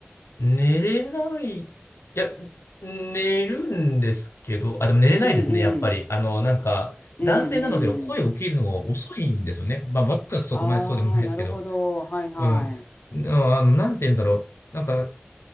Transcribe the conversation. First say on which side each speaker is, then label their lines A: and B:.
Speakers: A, on the left (about 80°); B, on the left (about 40°).
A: 寝れない。いや、寝るんですけど、あ、でも寝れないですね、
B: うんうん。
A: やっぱり。あの、なんか、
B: うんうん。
A: 男性なので声を起きるのが遅いんですよね。まあ、僕はそこまでそうでもないですけど。
B: ああ、なるほど。はいはい。
A: うん。あの、なんて言うんだろう。なんか、